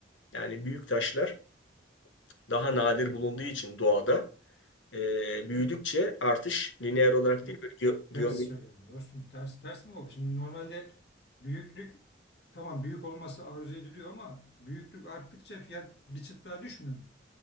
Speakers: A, on the left (about 80°); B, on the left (about 55°).
A: Yani büyük taşlar daha nadir bulunduğu için doğada e, büyüdükçe artış lineer olarak
B: Yok.
A: değil, böyle ge- geometrik
B: Ters söyledim dostum. Ters ters mi oldu? Şimdi normalde büyüklük tamam büyük olması arzu ediliyor ama büyüklük arttıkça fiyat bir çıt daha düşmüyor mu?